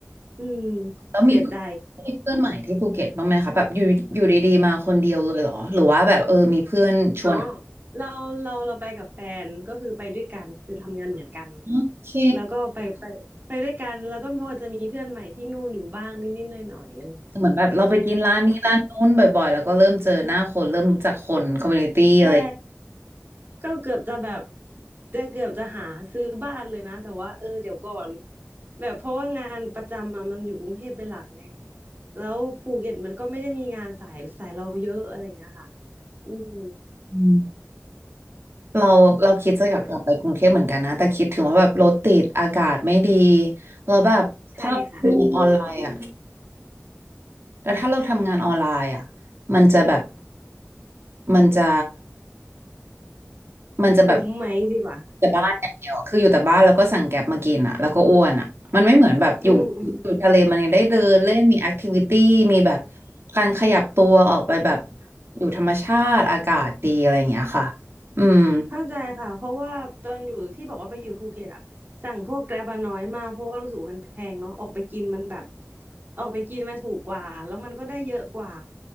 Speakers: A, on the right; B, on the right.
A: อืม
B: แล้วมีเพื่อนมีเพื่อนใหม่ที่ภูเก็ตบ้างไหมคะแบบอยู่อยู่ดีๆมาคนเดียวเลยเหรอหรือว่าแบบเออมีเพื่อนชวน
A: เสียใจอ๋อเราเราเราไปกับแฟนก็คือไปด้วยกันคือทำงานเหมือนกัน
B: อ๋อโอเค
A: แล้วก็ไปไปไปด้วยกันแล้วก็พอจะมีเพื่อนใหม่ที่นู่นอยู่บ้างนิดๆหน่อยๆอะไรอย่างเงี้ยค่ะ
B: เหมือนแบบเราไปกินร้านนี้ร้านนู้นบ่อยๆแล้วก็เริ่มเจอหน้าคนเริ่มรู้จักคนคอมมูนิตี้อะไรอ
A: อืมใช่ก็เกือบจะแบบจะเกือบจะหาซื้อบ้านเลยนะแต่ว่าเออเดี๋ยวก่อนแบบเพราะว่างานประจำอะมันอยู่กรุงเทพเป็นหลักไงแล้วภูเก็ตมันก็ไม่ได้มีงานสายสายเราเยอะอะไรอย่างเงี้ยค่ะอืม
B: ืม เราเราคิดจะอยากกลับไปกรุงเทพเหมือนกันนะแต่คิดถึงว่าแบบรถติดอากาศไม่ดีแล้วแบบถ้าเราทำงานออนไลน์อ่ะ
A: ใช่ค่ะ
B: แล้วถ้าเราทำงานออนไลน์อ่ะมันจะแบบมันจะมันจะแบบ
A: คุ้มไหมดีกว่า
B: แต่บ้านอย่างเดียวอะคืออยู่แต่บ้านแล้วก็สั่งแก๊บมากินอ่ะแล้วก็อ้วนอ่ะมันไม่เหมือนแบบอยู่
A: อืมอืม
B: อยู่ทะเลมันยังได้เดินเล่นมีแอคทิวิตี้มีแบบการขยับตัวออกไปแบบอยู่ธรรมชาติอากาศดีอะไรอย่างเงี้ยค่ะอืม
A: เข้าใจค่ะเพราะว่าตอนอยู่ที่บอกว่าไปอยู่ภูเก็ตอะสั่งพวกแกร็บอะน้อยมากเพราะว่ารู้สึกว่ามันแพงเนาะออกไปกินมันแบบออกไปกินมันถูกกว่าแล้วมันก็ได้เยอะกว่า